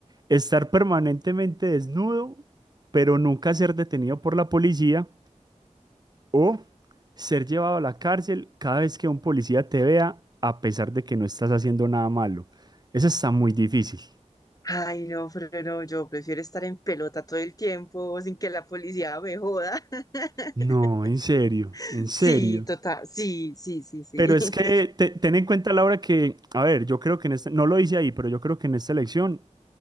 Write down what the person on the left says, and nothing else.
Ay, no, pero no, yo prefiero estar en pelota todo el tiempo sin que la policía me joda. <laughs>
Sí, total. Sí, sí, sí, sí.
<laughs>